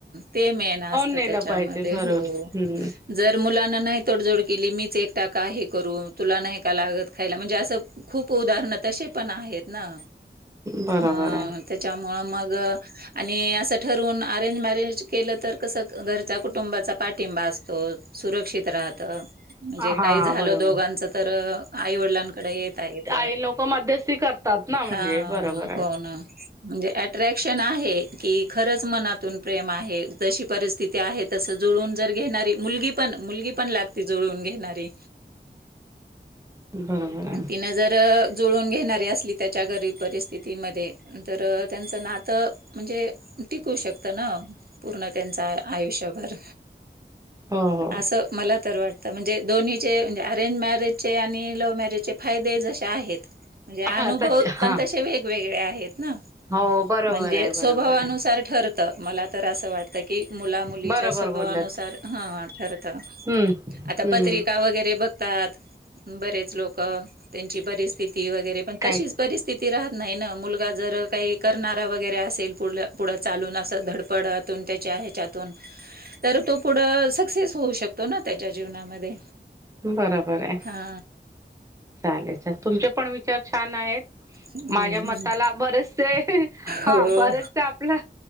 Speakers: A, on the right; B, on the right.
A: ते मेन असत
B: नेलं
A: त्याच्यामध्ये
B: पाहिजे बरोबर
A: हो
B: हम्म
A: जर मुलांना नाही तोडजोड केली मी च एकटा का हे करू तुला नाही का लागत खायला म्हणजे असं खूप उदाहरण तसे पण आहेत ना
B: बरोबर
A: हा
B: आहे
A: त्याच्यामुळ मग आणि असं ठरवून अरेंज मॅरेज केलं तर कसं घरच्या कुटुंबाचा पाठिंबा असतो सुरक्षित राह त म्हणजे
B: हा
A: काही झालं
B: बरोबर
A: दोघांच तर आईवडिलांकडे येता येत.
B: काही लोक मध्यस्थी करतात ना म्हणजे
A: हा
B: बरोबर आहे.
A: हो ना म्हणजे अट्रॅक्शन आहे की खर चं मनातून प्रेम आहे जशी परिस्थिती आहे तस जुळून जर घेणारी मुलगी पण मुलगी पण लागती जुळून घेणारी
B: बरोबर आहे
A: अनं तीन जर जुळून घेणारी असली त्याच्या गरीब परिस्थितीमध्ये तर त्यांचं नातं म्हणजे टिकू शकत ना पूर्ण त्यांच आयुष्यभर
B: हो हो
A: असं मला तर वाटतं म्हणजे दोन्हीचे म्हणजे अरेंज मॅरेजचे आणि लव्ह मॅरेजचे फायदे जसेे आहेत म्हणजे अनुभव
B: हा तश
A: पण
B: हा
A: तसे वेगवेगळे आहेत ना
B: हो बरोबर
A: म्हणजे
B: आहे बरोबर
A: स्वभावानुस
B: आहे
A: तर ठरत मला तर अस वाटतय. की मुला मुलीच्या
B: बरोबर
A: स्वभावानुसार
B: बोललात
A: हं ठरत
B: हम्म
A: आता
B: हम्म
A: पत्रिका वगैरे बघ तात बरेच लोक त्यांची बरीस्थिती वगैरे पण
B: काय
A: तशीच परिस्थिती राहत नाही ना मुलगा जर काही करणारा वगैरे असेल पुढल पुढं चालून असं धडपडतून त्याच्या ह्याच्यातून तर तो पुढं सक्सेस होऊ शकतो ना त्याच्या जीवनामध्ये.
B: बरोबर आहे
A: हा
B: चालेल चल तुमचे पण विचार छान आहेत.
A: हम्म
B: माझ्या मताला बरेचसे हा
A: हो
B: बरचसे आपलं